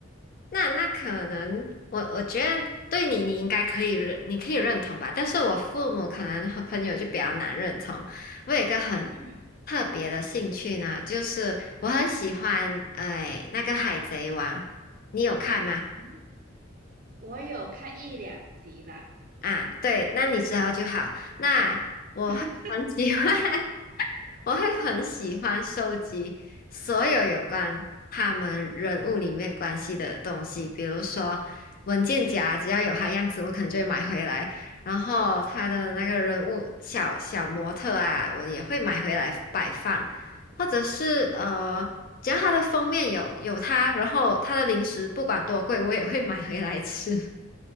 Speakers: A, on the left; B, on the right.
A: 那那可能我我觉得对你，你应该可以认，你可以认同吧。但是我父母可能和朋友就比较难认同。我有一个很
B: 嗯，
A: 特别的兴趣呢，就是我很喜欢哎那个《海贼王》，你有看吗？
B: 嗯，我有看一两集啦。
A: 啊，对，那你知道就好。那我会很
B: <laughs>
A: <laughs> 喜欢，<laughs> 我会很喜欢收集所有有关他们人物里面关系的东西，比如说文件夹，只要有他样子，我可能就会买回来。然后他的那个人物小小模特啊，我也会买回来摆放，或者是呃，只要他的封面有有他，然后他的零食不管多贵，我也会买回来吃。